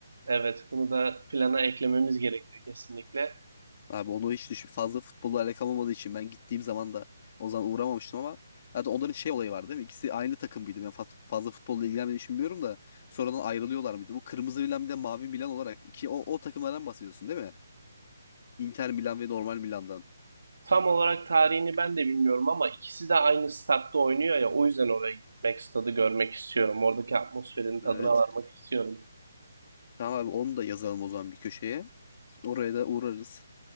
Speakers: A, on the right; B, on the left.
A: Evet, bunu da plana eklememiz gerekiyor kesinlikle.
B: Abi onu hiç düşün. Fazla futbolla alakam olmadığı için ben gittiğim zaman da o zaman uğramamıştım ama hatta onların şey olayı var değil mi? İkisi aynı takım mıydı? Ben fa- fazla futbolla ilgilenmediğimi için bilmiyorum da sonradan ayrılıyorlar mıydı? Bu kırmızı Milan bir de mavi Milan olarak iki o, o takımlardan bahsediyorsun değil mi? Inter Milan ve normal Milan'dan.
A: Tam olarak tarihini ben de bilmiyorum ama ikisi de aynı statta oynuyor ya o yüzden oraya gitmek, stadı görmek istiyorum. Oradaki atmosferin tadına
B: Evet.
A: varmak istiyorum.
B: Tamam abi onu da yazalım o zaman bir köşeye. Oraya da uğrarız.